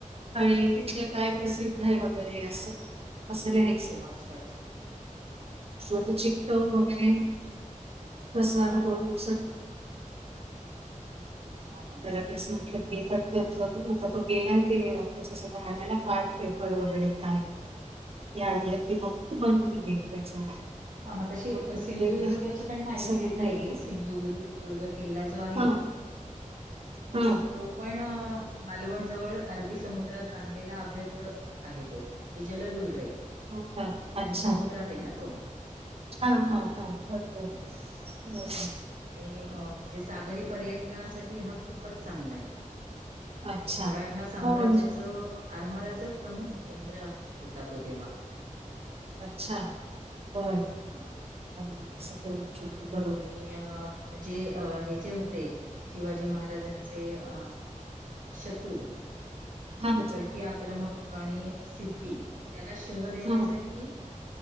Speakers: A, on the right (about 45°); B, on the right (about 70°).
A: आणि तिथलं काय प्रसिद्ध आहे वगैरे असं, असं लिहायचं
B: अच्छा अच्छा
A: मग ते चिकटकव <unintelligible> वगैरे कसा
B: हा
A: आता
B: हा
A: दोन दु
B: हा हा हा
A: त्याला
B: हा.
A: तेस म्हटलं ते पटकण करून आता तो गेला ते सगळं आणायला पार्ट पेपर वगैरे काय या ते <unintelligible> बघत बनून घेल त्याच्या
B: ह मग तशी
A: म्हटलं
B: सिंधुदुर्गाची
A: एकदा
B: पण माहिती
A: सगळं
B: देता
A: माहिती
B: येईल सिंधुुदुर्ग किल्ला जो आहे
A: हा हा
B: तर तो पण मालवण जवळ अरबी समुद्रात बांधलेला अभैद आहे तो म्हणजे जलदुर्ग आहे तो
A: हो का अच्छा
B: आणि समुद्रात आहे ना तो
A: हा
B: हम्म.
A: हा हा बरोबर आहे, वय
B: आणि म्हणजे सागरी पर्यटनासाठी हा खूपच चांगला आहे
A: अच्छा.
B: आणि मराठा साम्राज्याचं
A: हो म्हणजे
B: आरमाराच प्रमुख केंद्र होता तो तेव्हा
A: अच्छा बर
B: हां.
A: <inaudible> बरोबर
B: आणि म्हणजे हे जे होते शिवाजी महाराजांचे अ शत्रु म्हणजे
A: हां.
B: परकीय आक्रमक आणि सिद्धी त्याला शह देण्यासाठी
A: हां.